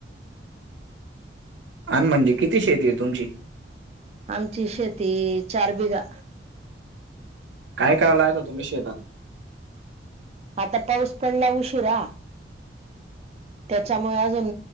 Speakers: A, on the right; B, on the right.
A: आणि म्हणजे किती शेती आहे तुमची
B: आमची शेती चार बिघा
A: काय क लाय त तुम्ही शेतात
B: आता पाऊस पडला उशीिरा त्याच्यामुळे अजून